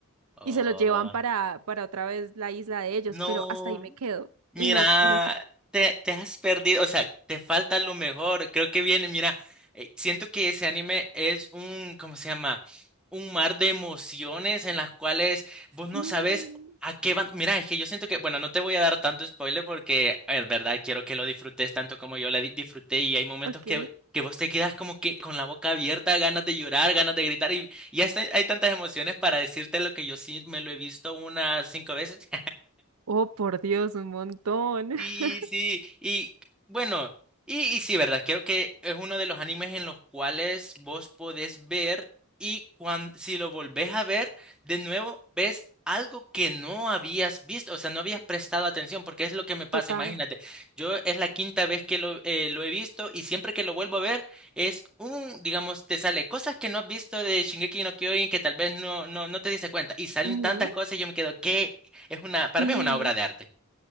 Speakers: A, in the centre; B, on the right.
A: Oh.
B: Y se los llevan para, para otra vez la isla de ellos,
A: No.
B: pero hasta ahí me quedo.
A: Mira,
B: Y no, no sé.
A: te, te has perdido, o sea, te falta lo mejor. Creo que viene, mira, eh, siento que ese anime es un, ¿cómo se llama? Un mar de emociones en las cuales vos no
B: Sí.
A: sabes a qué van. Mira, es que yo siento que, bueno, no te voy a dar tanto spoiler porque, en verdad, quiero que lo disfrutes tanto como yo lo di- disfruté y hay momentos
B: Ok.
A: que, que vos te quedas como que con la boca abierta, ganas de llorar, ganas de gritar y, y hasta hay tantas emociones para decirte lo que yo sí me lo he visto unas cinco veces.
B: Oh, por Dios, un montón. <laughs>
A: Y sí, y bueno, y, y sí, ¿verdad? Creo que es uno de los animes en los cuales vos podés ver y cuan- si lo volvés a ver, de nuevo ves algo que no habías visto, o sea, no habías prestado atención, porque es lo que me pasa,
B: Total.
A: imagínate. Yo es la quinta vez que lo, eh, lo he visto y siempre que lo vuelvo a ver es un, digamos, te sale cosas que no has visto de Shingeki no Kyojin que tal vez no, no, no te diste cuenta y salen
B: Ujú.
A: tantas cosas y yo me quedo, que es una, para
B: Sí.
A: mí es una obra de arte.